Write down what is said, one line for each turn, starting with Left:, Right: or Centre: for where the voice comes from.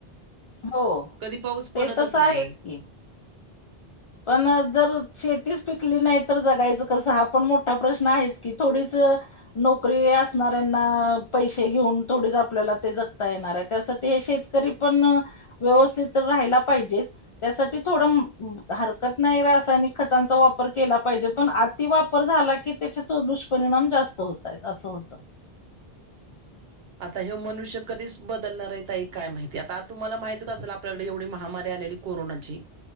Left: हो.
Right: कधी पाऊस
Left: ते
Right: पडतच
Left: तसं आहेच
Right: नाही.
Left: की. पण जर शेतीच पिकली नाही. तर जगायचं कसं! हा पण मोठा प्रश्न आहेच. की थोडीस नोकरी असणाऱ्यांना पैसे घेऊन थोडी आपल्याला ते जगता येणार आहे. त्यासाठी हे शेतकरी पण व्यवस्थित राहाला पाहिजे. त्यासाठी थोडं हरकत नाही. रासायनिक खतांचा वापर केला पाहिजे. पण आती वापर झाला. की त्याचे दुष्परिणाम जास्त होत आहेत असं होतं.
Right: आता हे मनुष्य कधीच बदलणार आहेेत. ताई हे काय माहिती आता आता तुम्हाला माहितच असेल. आपल्याकडे एवढी महामारी आलेली कोरोनाची